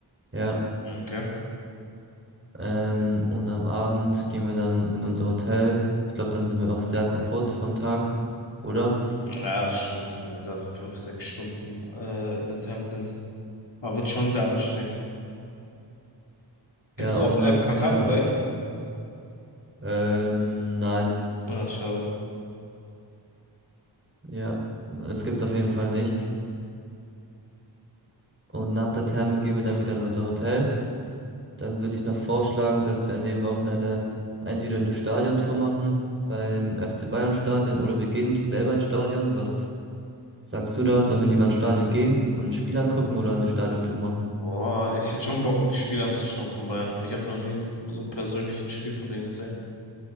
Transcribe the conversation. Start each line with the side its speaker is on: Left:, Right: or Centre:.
Right: Ja,
Left: Okay.
Right: ähm, und am Abend gehen wir dann in unser Hotel. Ich glaube, dann sind wir auch sehr kaputt vom Tag, oder?
Left: Ja, ist schon, wenn wir da fünf, sechs Stunden äh, in der Therme sind. Aber wird schon sehr anstrengend. Gibt's
Right: Ja,
Left: auch
Right: und
Left: einen
Right: nach
Left: FKK-Bereich?
Right: der, ähm, nein.
Left: Ja, ist schade.
Right: Ja, das gibt's auf jeden Fall nicht. Und nach der Therme gehen wir dann wieder in unser Hotel. Dann würde ich noch vorschlagen, dass wir an dem Wochenende entweder eine Stadiontour machen beim FC Bayern Stadion oder wir gehen selber ins Stadion. Was sagst du da? Sollen wir lieber ins Stadion gehen und ein Spiel angucken oder eine Stadiontour machen?
Left: Oh, ich hätte schon Bock, ein Spiel anzuschauen von Bayern. Ich habe noch nie so persönlich ein Spiel von denen gesehen.